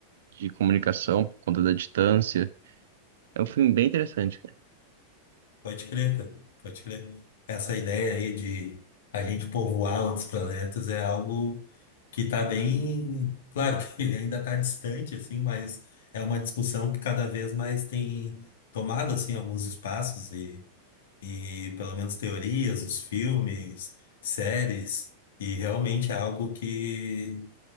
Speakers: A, on the right; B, on the left.
A: de comunicação por conta da distância. É um filme bem interessante, cara.
B: Pode crer, cara. Pode crer. Essa ideia aí de a gente povoar outros planetas é algo que está bem, claro que <laughs> ele ainda está distante, assim, mas é uma discussão que cada vez mais tem tomado, assim, alguns espaços e, e pelo menos teorias, os filmes, séries, e realmente é algo que,